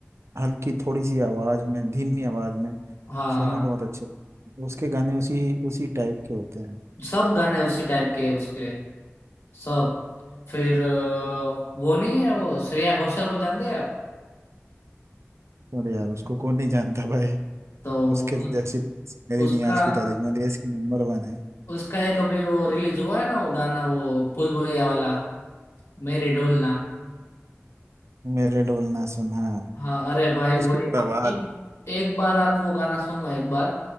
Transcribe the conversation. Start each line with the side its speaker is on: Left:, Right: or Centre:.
Right: हल्की थोड़ी सी आवाज में धीमी आवाज में
Left: हाँ
Right: सुनो बहुत अच्छे उसके गाने उसी उसी टाइप के होते हैं
Left: सब गाने उसी टाइप के हैं उसके सब फिर अ, वो नहीं है वो श्रेया घोषाल को जानते हैं आप
Right: और यार उसको कौन नहीं जानता भाई
Left: तो
Right: उसके जैसी सिंगर ही
Left: उसका
Right: नहीं आज की तारीख में देश की नंबर वन है
Left: उसका एक अभी वो रिलीज हुआ है ना वो गाना वो भूल भुलैया वाला मेरे ढोलना
Right: मेरे डोल ना सुन हाँ
Left: हाँ अरे भाई
Right: उसकी
Left: वो एक
Right: तो आवाज
Left: एक बार आप वो गाना सुनो एक बार